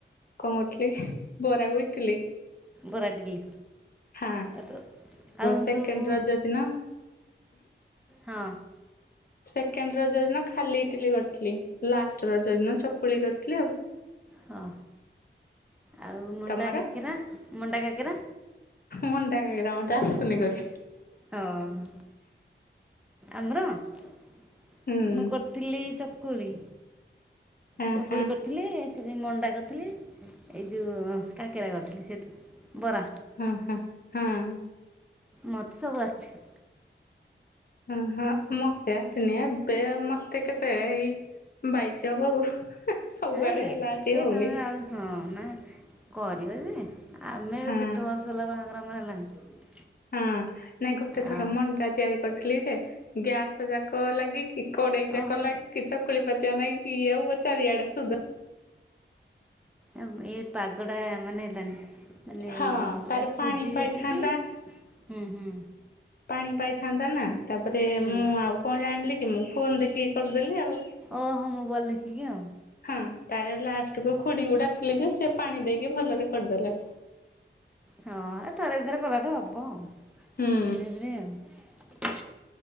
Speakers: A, on the left; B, in the centre.
A: କଣ କରିଥିଲି କି ବରାକୁ ଇଟିଲି।
B: ବରା, ଇଟିଲ୍
A: ହଁ
B: ଏତ- ଆଉ
A: ସେକେଣ୍ଡ
B: ସବୁ-
A: ରଜ ଦିନ
B: ହଁ।
A: ସେକେଣ୍ଡ୍ ରଜ ଦିନ ଖାଲି ଇଟିଲି କରିଥିଲି ଲାଷ୍ଟ ରଜ ଦିନ ଚକୁଳି କରିଥିଲି ଆଉ।
B: ହଁ ଆଉ ମଣ୍ଡା
A: ତମର
B: କାକେରା- ମଣ୍ଡା କାକେରା?
A: ମଣ୍ଡା କାକେରା ମତେ ଆସୁନି କରି।
B: ଓ-ହ ଆମର ମୁଁ
A: ହୁଁ।
B: କରି ଥିଲି ଚକୁଳି।
A: ହଁ
B: ଚକୁଳି
A: ହଁ
B: କରି ଥିଲି ସେ ଯଉ ମଣ୍ଡା କରିଥିଲି ଏଇ ଯଉ କାକେରା କରିଥିଲି ସେ ବରା
A: ହଁ -ହଁ -ହଁ।
B: ମତେ ସବୁ ଆସିଚି।
A: ଉଁ -ହଁ ମତେ ଆସିନି ଏବେ- ମତେ କେତ୍ ମତେ ଏଇ ବାଇଶି ହବ ଆଉ ସବୁଆଡେ
B: ହେ ଏବେ
A: ହେଲା ବସି କି ହଉନି।
B: ତମେ ଆଉ ହଁ- ନା କରିବା ଯେ ଆମେ
A: ହଁ
B: କେତେ ବର୍ଷ ହେଲା ବାହାଘର ଆମର ହେଲାଣି
A: ହଁ- ନାଇଁ ଗୋଟେ ଥର
B: ଆଉ
A: ମଣ୍ଡା ତିଆରି କରିଥିଲି ଯେ ଗ୍ୟାସ ଯାକ ଲାଗିକି କଡେଇ ଯାକ
B: ଓହୋ
A: ଲାଗି। କି ଚକଳି ପାତତି ନାଇକି ବ ଚାରିଆଡେ ସୁଧ
B: ଆ ଏଇ ପାଗଡା ମାନେ ହେଲାନି ମାନେ
A: ହଁ ତାର
B: ଏ ସୁଜି
A: ପାଣି ପାଇଥାନ୍ତା
B: ଯେତିକି ହୁଁ ହୁଁ
A: ପାଣି ପାଇଥାନ୍ତା ନା ତାପରେ
B: ହୁଁ
A: ମୁଁ ଆଉ କଣ ଜାଣିଲି କି ମୁଁ ଫୋନ ଦେଖିକି କରିଦେଲି ଆଉ,
B: ଓହୋ ମୋବାଇଲ ଦେଖିକି ଆଉ,
A: ହଁ ତା ଲାଷ୍ଟକୁ ଖୁଡିଙ୍କୁ ଡାକିଲି ଯେ ସେ ପାଣି ଦେଇକି ଭଲରେ କରିଦେଲେ।
B: ହଁ ଥରେ ଦି ଥର କଲାଠୁ ହବ ଆଉ,
A: ହୁଁ
B: ଧୀରେ ଧୀରେ ଆଉ